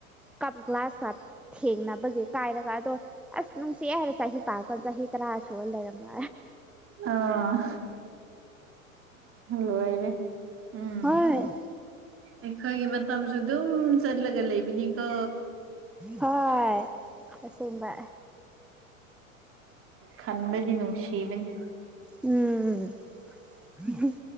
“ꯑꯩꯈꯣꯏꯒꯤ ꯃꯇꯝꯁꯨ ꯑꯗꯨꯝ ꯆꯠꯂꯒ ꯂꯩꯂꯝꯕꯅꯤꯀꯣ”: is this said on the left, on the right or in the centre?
Right